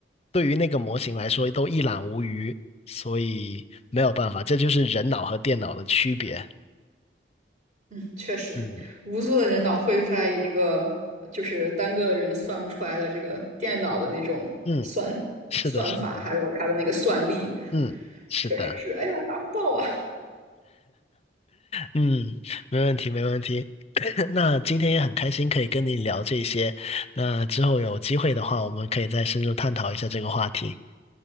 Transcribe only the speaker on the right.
嗯，确实，
无数的人脑绘出来一个，就是单个的人算不出来的这个电脑的那种算算法，
还有它的那个算力，
确实是，哎呀，达不到啊。